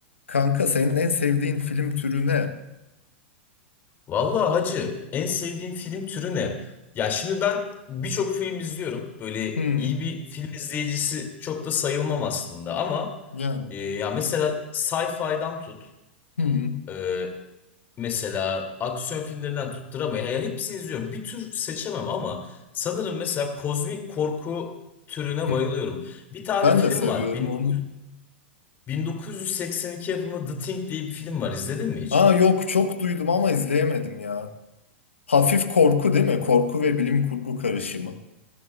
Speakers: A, on the left; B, on the left.
A: Kanka senin en sevdiğin film türü ne?
B: Vallahi hacı en sevdiğin film türü ne? Ya şimdi ben birçok film izliyorum. Böyle
A: Hmm,
B: iyi bir film izleyicisi çok da sayılmam aslında ama
A: yani.
B: e, ya mesela sci-fi'dan tut,
A: Hmm,
B: e, mesela aksiyon filmlerinden tut, drama ya hepsini izliyorum. Bir tür seçemem ama sanırım mesela kozmik korku türüne
A: hmm.
B: bayılıyorum. Bir tane
A: Ben
B: film
A: de seviyorum
B: var. 1900
A: onu.
B: 1982 yapımı The Thing diye bir film var. İzledin mi hiç?
A: Aa yok çok duydum ama izleyemedim ya. Hafif korku değil mi? Korku ve bilim kurgu karışımı.